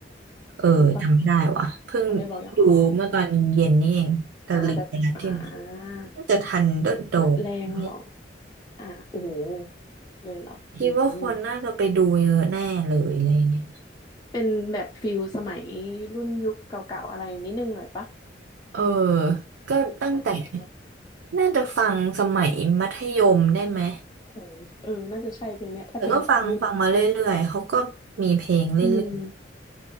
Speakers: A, on the right (about 65°); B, on the left (about 25°).
A: เออจำไม่ได้ว่ะเพิ่ง
B: รู้ปะเขาได้บอกอย่างอ๋อ
A: ดูเมื่อตอนเย็นนี่เองแต่ลืมไปแล้วที่ไหน
B: อ่าแบบอ่า
A: น่าจะทันเดอร์โดมไหม
B: แบบแรงเหรออ่าโอ้โหเลยเหรออืม
A: พี่ว่าคนน่าจะไปดูเยอะแน่เลยอะไรเงี้ย
B: เป็นแบบฟิลสมัยรุ่นยุคเก่าๆอะไรนิดนึงหน่อยปะ
A: เออก็ตั้งแต่
B: อ่า
A: น่าจะฟังสมัยมัธยมได้ไหม
B: โอ้โหเออน่าจะใช่เพลงเนี้ยถ้าเพลงแบบยุดยุด
A: แต่ก็ฟังฟังมาเรื่อยๆเขาก็มีเพลงเรื่อย
B: อืม